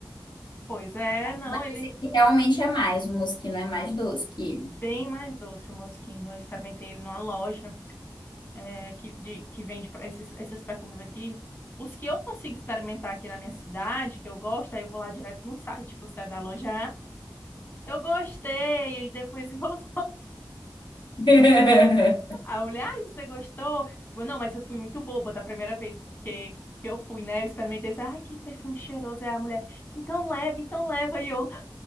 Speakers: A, on the left (about 30°); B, on the left (about 70°).
A: Pois é, não,
B: Mas
A: ele
B: esse
A: é
B: aqui realmente é mais, o musquinho é mais doce que ele.
A: bem mais doce o Moschino. Eu experimentei ele numa loja é, que, de- que vende pra esses, esses perfumes aqui. Os que eu consigo experimentar aqui na minha cidade, que eu gosto, aí eu vou lá direto no site, tipo, sai da loja, Eu gostei, e depois inovou.
B: <laughs>
A: <laughs> Aí eu vou. A mulher, ai, você gostou? Tipo, não, mas eu fui muito boba da primeira vez, porque que eu fui, né? Eu experimentei, assim, ai, que perfume cheiroso. É a mulher, então leva, então leva. E eu,